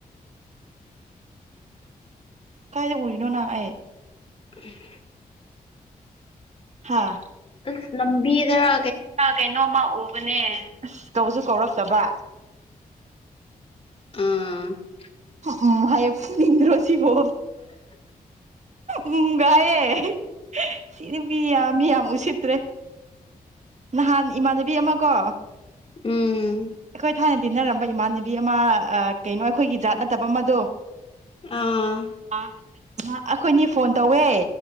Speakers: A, on the right; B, on the left.
A: ꯀꯥꯏ ꯎꯔꯤꯅꯣ ꯅꯪ ꯑꯩ
B: ꯍꯝꯝ
A: ꯍꯥꯥ
B: ꯑꯁ ꯂꯝꯕꯤꯗꯔ
A: ꯀꯩꯅꯣꯝꯃ ꯎꯕꯅꯦ ꯑꯁ ꯀꯧꯁꯨ ꯀꯧꯔꯛꯇꯕ
B: ꯎꯝ
A: ꯑꯝ ꯍꯥꯢꯌꯦ ꯐꯨꯅꯤꯡꯗ꯭ꯔꯣ ꯁꯤꯕꯣ ꯑꯝꯒ ꯍꯥꯢꯑꯦ ꯁꯤ ꯅꯨꯄꯤꯗꯤ ꯌꯥꯝ ꯃꯤ ꯌꯥꯝ ꯎꯁꯤꯠ ꯭ꯇꯔꯦ ꯅꯍꯥꯟ ꯏꯃꯥꯟꯅꯕꯤ ꯑꯃ ꯀꯣ
B: ꯎꯝ
A: ꯑꯩꯈꯣꯏ ꯊꯥꯏꯅ ꯇꯤꯟꯅꯔꯝꯕ ꯏꯃꯥꯟꯅꯕꯤ ꯑꯃ ꯀꯩꯅꯣ ꯑꯩꯈꯣꯏꯒꯤ ꯖꯥꯠ ꯅꯠꯇꯕ ꯑꯃꯗꯣ
B: ꯑꯥ
A: ꯑꯥ ꯑꯩꯈꯣꯏꯅꯤ ꯐꯣꯟ ꯇꯧꯋꯦ